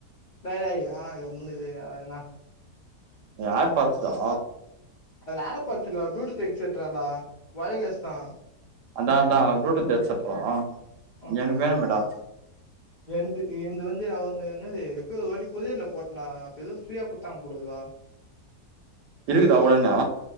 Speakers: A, on the left; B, on the right.
A: டேடேய் வேணா கம்முனு இரு அது வேணா
B: ஏர் பாட்ஸ்டா
A: அது ஏர்பாட்ஸ் இல்லடா ப்ளூடூத் எக்செட்தான்டா ஒயர்லெஸ் தா
B: அதா அதா ப்ளூடூத் எச்சட்றா எனக்கு
A: ம்
B: வேணுமேடா
A: என்து என்து வந்து நா ஒன்னு என்னது எப்பயோ ஒரு வாட்டி கொரியர்ல போட்டன்டா அப்ப எதோ ஃப்ரீயா குத்தாங்க போலருக்குடா
B: இருக்குதா ஒழுனா